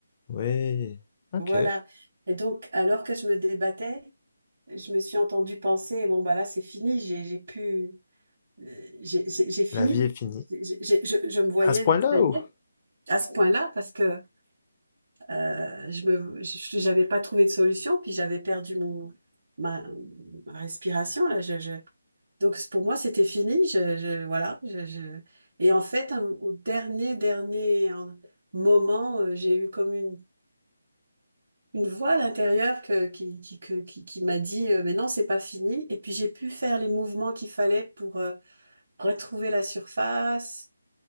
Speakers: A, on the left; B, on the right.
A: oui. Ok.
B: Voilà. Et donc, alors que je me débattais, je me suis entendue penser, bon, bah là, c'est fini, j'ai, j'ai pu, euh, j'ai, j'ai j'ai fini.
A: La vie est finie.
B: J'ai- j'ai- je, je me voyais,
A: À ce point-là
B: ça y
A: ou?
B: est, à ce point-là, parce que euh, je me, je- j'avais pas trouvé de solution, puis j'avais perdu mon, ma, ma respiration, là, je, je- Donc c- pour moi, c'était fini. Je, je- voilà. Je, je- Et en fait, un- au dernier, dernier euh, moment, euh, j'ai eu comme une, une voix à l'intérieur que- qui, qui, que- qui, qui m'a dit, euh, mais non, c'est pas fini. Et puis j'ai pu faire les mouvements qu'il fallait pour euh, retrouver la surface.